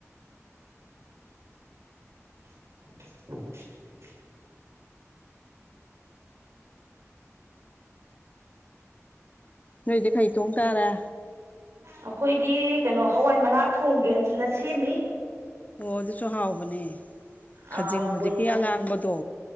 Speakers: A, on the right; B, on the left.
A: inaudible <inaudible>
B: ꯅꯣꯏꯗꯤ ꯈꯩ ꯇꯣꯡ ꯇꯥꯔꯦ꯫
A: ꯑꯩꯈꯣꯏꯒꯤ ꯀꯩꯅꯣ ꯍꯋꯥꯏ ꯃꯅꯥꯛ ꯊꯣꯡꯒꯦꯅ ꯁꯦꯝꯃꯤ꯫
B: ꯑꯣ ꯑꯗꯨꯁꯨ ꯍꯥꯎꯕꯅꯦ ꯈꯖꯤꯡ
A: ꯑ
B: ꯍꯧꯖꯤꯛꯀꯤ
A: ꯕꯣꯔꯤ ꯊꯥꯎ
B: ꯑꯉꯥꯡꯕꯗꯣ,